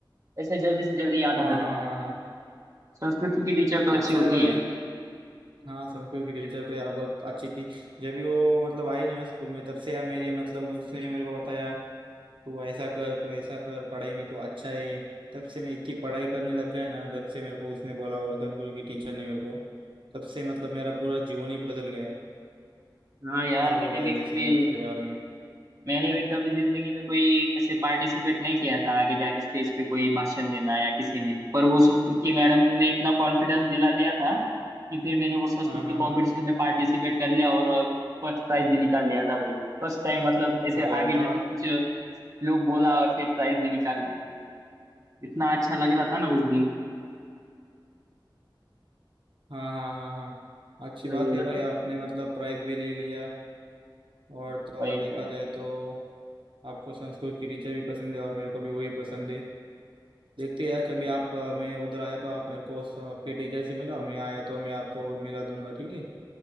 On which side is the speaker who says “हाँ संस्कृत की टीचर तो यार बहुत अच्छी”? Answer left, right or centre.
Right